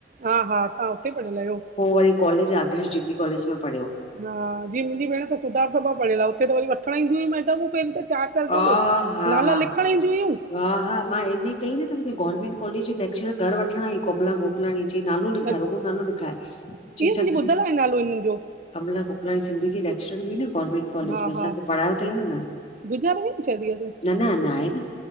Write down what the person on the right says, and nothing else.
हा हा तव्हां हुते पढ़ियल आहियो
हा जीअ मुंहिंजी भेण त सुधार सभा पढ़ियल आ हुते त वरी वठणु ईंदियूं मैडम पै चार, चार
गॾ
नाला
लिखणु ईंदुयूं
अच्छा
ईअं मुंहिंजी
ॿुधल आहे नालो हिननि जो
हा
हा
गुज़ारे वई न शायद ईअ त,